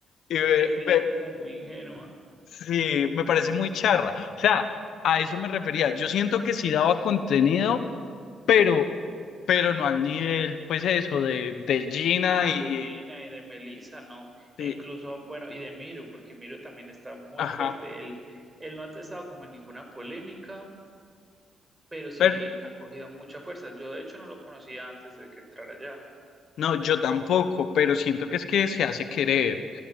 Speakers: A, on the left; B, on the right.
A: Y me-
B: Es que ella
A: me-
B: es como muy ingenua.
A: sí, me parece muy charra. O sea, a eso me refería. Yo siento que si daba contenido pero, pero no al nivel, pues eso, de, de Gina
B: Ah,
A: y
B: de Gina y de Melissa, no.
A: de,
B: E incluso, bueno, y de Miro, porque Miro también está muy
A: ajá,
B: fuerte. Él, él no ha estado como en ninguna polémica, pero sí
A: pero,
B: ha cogido mucha fuerza. Yo de hecho no lo conocía antes de que entrara allá.
A: no, yo tampoco, pero siento que es que se hace querer.